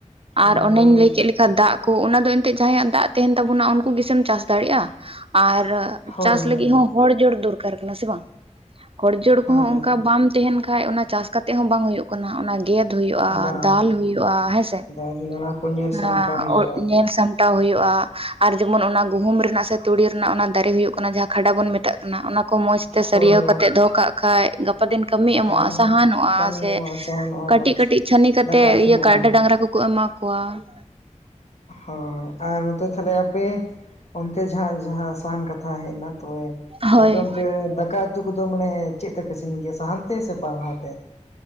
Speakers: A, on the right (about 45°); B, on the left (about 55°).
A: ᱟᱨ
B: ᱟᱫᱚ
A: ᱚᱱᱮᱧ ᱞᱟᱹᱭ ᱠᱮᱫ ᱞᱮ ᱫᱟᱜ ᱠᱚ ᱚᱱᱟ ᱫᱚ ᱮᱱᱛᱮ ᱡᱟᱦᱟᱸᱭᱟᱜ ᱫᱟᱜ ᱛᱟᱦᱮᱱ ᱛᱟᱵᱚᱱᱟ ᱩᱱᱠᱩ ᱜᱮᱥᱮᱢ ᱪᱟᱥ ᱫᱟᱲᱮᱭᱟᱜᱼᱟ ᱟᱨ,
B: ᱦᱳᱭ
A: ᱪᱟᱥ
B: ᱦᱳᱭ
A: ᱞᱟᱹᱜᱤᱫ ᱦᱚᱸ ᱦᱚᱲ ᱡᱳᱲ ᱫᱚᱨᱠᱟᱨ ᱠᱟᱱᱟ ᱥᱮ ᱵᱟᱝ? ᱦᱚᱲ ᱡᱳᱚᱲ
B: ᱦᱮᱸ
A: ᱠᱚᱦᱚᱸ ᱚᱱᱠᱟ ᱵᱟᱢ ᱛᱟᱦᱮᱱ ᱠᱷᱟᱡ ᱚᱱᱟ ᱪᱟᱥ ᱠᱟᱛᱮ ᱦᱚᱸ ᱵᱟᱝ ᱦᱩᱭᱩᱜ ᱠᱟᱱᱟ ᱾ᱚᱱᱟ ᱜᱮᱫ ᱦᱩᱭᱩᱜᱼᱟ
B: ᱵᱟᱝ
A: ᱫᱟᱞ ᱦᱩᱭᱩᱜᱼᱟ ᱦᱮᱸᱥᱮ
B: ᱡᱟᱭᱦᱳᱠ ᱚᱱᱟ ᱠᱚ ᱧᱮᱞ
A: ᱾
B: ᱥᱟᱢᱴᱟᱣ ᱦᱩᱭᱩᱜᱼᱟ
A: ᱧᱮᱞ ᱥᱟᱢ ᱴᱟᱣ ᱦᱩᱭᱩᱜᱼᱟ ᱟᱨ ᱡᱮᱢᱚᱱ ᱚᱱᱟ ᱜᱩᱦᱩᱢ ᱨᱮᱱᱟᱜ ᱥᱮ ᱛᱩᱲᱤ ᱨᱮᱱᱟᱜ ᱚᱱᱟ ᱫᱟᱨᱮ ᱦᱩᱭᱩᱜ ᱠᱟᱱᱟ, ᱡᱟᱦᱟᱸ ᱠᱷᱟᱰᱟ ᱵᱚᱱ ᱢᱮᱛᱟᱜ ᱠᱟᱱᱟ ᱚᱱᱟ ᱾ ᱠᱚ ᱢᱚᱡᱽ ᱛᱮ ᱥᱟᱹᱨᱭᱟᱹᱣ
B: ᱦᱳᱭ ᱦᱳᱭ
A: ᱠᱟᱛᱮ
B: ᱚᱱᱟ
A: ᱫᱚᱦᱚ ᱠᱟᱜ ᱠᱷᱟᱡ ᱜᱟᱯᱟ ᱫᱤᱱ ᱠᱟᱹᱢᱤ ᱮᱢᱚᱜᱼᱟ,
B: ᱦᱮᱸ ᱚᱱᱟ
A: ᱥᱟᱦᱟᱱᱚᱜᱼᱟ,
B: ᱠᱟᱹᱢᱤ
A: ᱥᱮ
B: ᱮᱢᱚᱜᱼᱟ ᱥᱟᱦᱟᱱᱚᱜᱼᱟ
A: ᱠᱟᱹᱴᱤᱡ
B: ᱚᱱᱟ
A: ᱠᱟᱹᱴᱤᱡ ᱪᱷᱟᱹᱱᱤ ᱠᱟᱛᱮ
B: ᱫᱟᱠᱟ ᱤᱥᱤᱱᱚᱜᱼᱟ
A: ᱤᱭᱟᱹ ᱠᱟᱰᱟ ᱰᱟᱝᱨᱟ ᱠᱚᱠᱚ ᱮᱢᱟ ᱠᱚᱣᱟ ᱾ ᱠᱚᱣᱟ ᱾
B: ᱦᱳᱭ ᱟᱨ ᱚᱱᱛᱮ ᱛᱟᱦᱚᱞᱮ ᱟᱯᱮ ᱚᱱᱛᱮ ᱡᱟᱦᱟᱸ ᱡᱟᱦᱟᱸ ᱥᱟᱦᱟᱱ ᱠᱟᱛᱷᱟ ᱦᱮᱡ ᱮᱱᱟ ᱾ ᱛᱚᱵᱮ
A: ᱦᱳᱭ
B: ᱟᱯᱮ ᱚᱱᱛᱮ ᱫᱟᱠᱟ ᱩᱛᱩ ᱠᱚᱫᱚ ᱢᱟᱱᱮ ᱪᱮᱫ ᱛᱮᱯᱮ ᱤᱥᱤᱱ ᱜᱮᱭᱟ ᱥᱟᱦᱟᱱ ᱛᱮ ᱥᱮ ᱯᱟᱞᱦᱟ ᱛᱮ ᱾